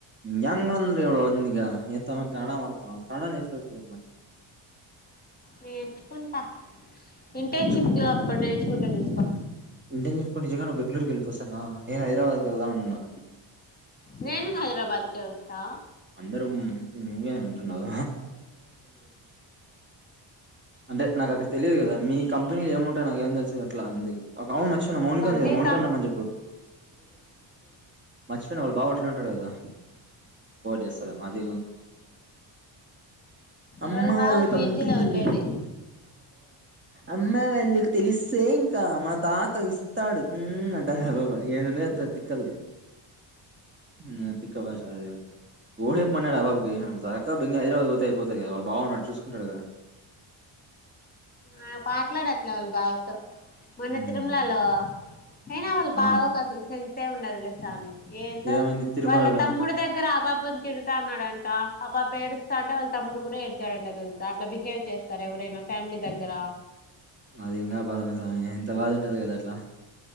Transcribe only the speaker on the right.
యంగ్ అంద్ర ఇవళళంద ఎంతమ కన్నడ వార్తమ, కన్నడనేర్చుకోవచ్చుగ.
మిచ్చుకుంటా
ఇంజమ్ కొన్ని జనా నువ్ బెంగళూర్ వెళ్ళిపో సరేనా, నేను హైదరాబాద్కి వెళదాం ఇంగా.
అందరం ఇంగే ఉంటుండవు. అంటే నాకు అక్కడ తెలీదు కదా, మీ కంపెనీలు ఏముంటాయి నాకు ఏం తెలుసు అట్లా అందుకె. అవును మర్చిపోయిను మౌనిక ఉంది కదా
మౌనికని రమ్మని చెప్పు. మర్చిపోయిన వాళ్ళ బావ హోట్టెల్లో ఉంటాడు కదా. చేస్తది అది అమ్మా
వాళ్ళు
పంపీల్.
అమ్మాయి వాళ్ళకి తెలిస్తే ఇంకా మా తాత ఇస్తాడు మ్ అంట. పెద్ద తక్కల్ది. మ్ తిక్క భాష ఎవ్వర్లెపు మన్నాడు ఆ అభాకి చక్కా బండీ హైదరాబాద్ పోతే అయిపోతది కదా వాళ్ళ బావ ఉన్నాడు చూసుకుంటాడుగా. ఆ
మ్మ్
ఆ
ఏమైంది తిరుమలలో
మాది ఇంకా బాధ ఉన్నది సామి, ఎంత బాధ ఉంటది కదా అట్లా.